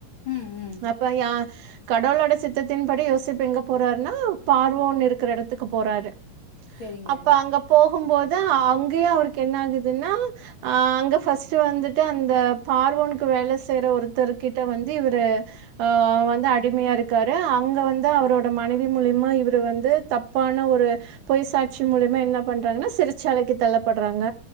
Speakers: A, on the left; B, on the right.
A: ம் ம்
B: அப்ப கடவுளோட சித்தத்தின்படி யோச <unintelligible> எங்க போறாருன்னா பார்வோன்ன இருக்கிற எடத்துக்கு போறாரு
A: சேரிங்க
B: அப்ப அங்க போகும்போது அங்கயு அவருக்கு என்ன ஆகுதுன்னா ஆ அங்க ஃபர்ஸ்ட் வந்துட்டு அந்த பார்வோனுக்கு வேல செய்யற ஒருத்தரு கிட்ட வந்து இவரு ஆ வந்து அடிமையா இருக்காரு அங்க வந் ந்து அவரோட மனைவி மூலிமா இவரு வந்து தப்பான ஒரு பொய் சாட்சி மூலியமா என்ன பண்றாங்கன்னா சிறைச்சாலைக்கு தள்ளப்படுறாங்க